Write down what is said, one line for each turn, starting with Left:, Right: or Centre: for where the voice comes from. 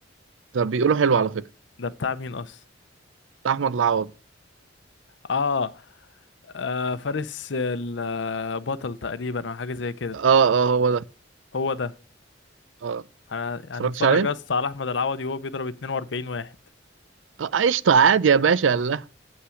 Right: ده بيقولوا حلو على فكره
Left: ده بتاع مين اصلا
Right: بتاع احمد العوضي
Left: اه, آه فارس البطل تقريبا او حاجة زي كده
Right: اه اه هو ده
Left: هو ده
Right: اه
Left: انا
Right: اتفرجتش
Left: هنتفرج
Right: عليه
Left: بس على احمد العوضي وهو بيضرب 42 واحد
Right: آه، قشطه عادي يا باشا لا